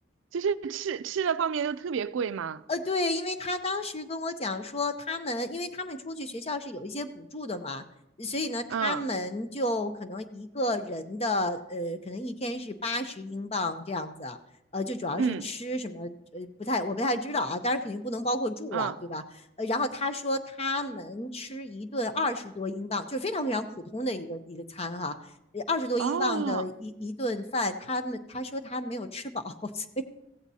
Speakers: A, on the right; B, on the left.
A: 就是吃吃的方面都特别贵嘛。
B: 呃，对，因为他当时跟我讲说，他们因为他们出去学校是有一些补助的嘛，所以呢，他们就可能一个人的呃，
A: 嗯
B: 可能一天是八十英镑这样子，呃，就主要是吃什么，
A: 嗯
B: 呃，不太我不太知道啊，当然肯定不能包括住了，
A: 嗯
B: 对吧？呃，然后他说他们吃一顿二十多英镑，就是非常非常普通的一个一个餐哈，呃二十多英镑的一一顿饭，
A: 哦
B: 他们他说他没有吃饱，<laughs>